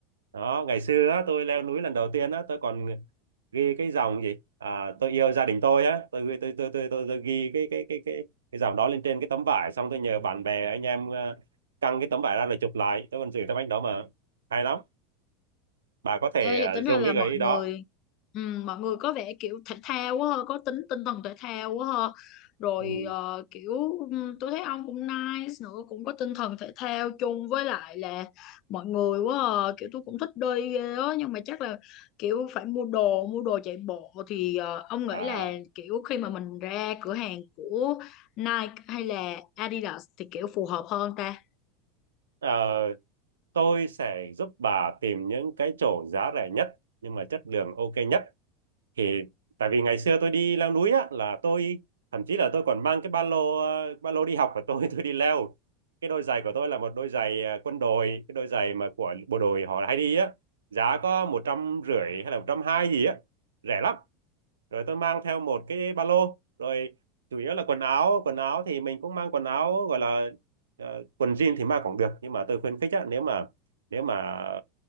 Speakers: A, on the right; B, on the left.
A: đó ngày xưa á, tôi leo núi lần đầu tiên á tôi còn ghi cái dòng gì à, tôi yêu gia đình tôi á tôi tôi tôi tôi, tôi, tôi ghi cái cái cái cái cái dòng đó lên trên cái tấm vải xong tôi nhờ bạn bè anh em ờ, căng cái tấm vải ra rồi chụp lại tôi còn giữ tấm ảnh đó mà hay lắm bà có thể
B: Ê, vậy
A: ờ,
B: tính
A: dùng
B: ra là
A: cái
B: mọi
A: gợi ý
B: người
A: đó
B: ừm, mọi người có vẻ kiểu thể thao quá ha, có tính tinh thần thể thao quá ha. Rồi
A: Ừ.
B: ờ, kiểu ừm, tôi thấy ông cũng nice nữa, cũng có tinh thần thể thao chung với lại là mọi người quá à. Kiểu tôi cũng thích đi ghê á nhưng mà chắc là kiểu phải mua đồ, mua đồ chạy bộ thì ờ, ông nghĩ
A: à
B: là kiểu khi mà mình ra cửa hàng của Nike hay là Adidas thì kiểu phù hợp hơn ta.
A: ờ, tôi sẽ giúp bà tìm những cái chỗ giá rẻ nhất nhưng mà chất lượng ok nhất thì tại vì ngày xưa tôi đi leo núi á là tôi thậm chí là tôi còn mang cái ba lô ờ, ba lô đi học của tôi <laughs> tôi đi leo cái đôi giày của tôi là một đôi giày ờ, quân đội cái đôi giày mà của bộ đội họ hay đi á giá có một trăm rưỡi hay là một trăm hai gì á rẻ lắm rồi tôi mang theo một cái ba lô rồi chủ yếu là quần áo quần áo thì mình cũng mang quần áo gọi là ờ, quần jean thì mang cũng được nhưng mà tôi khuyến khích á nếu mà nếu mà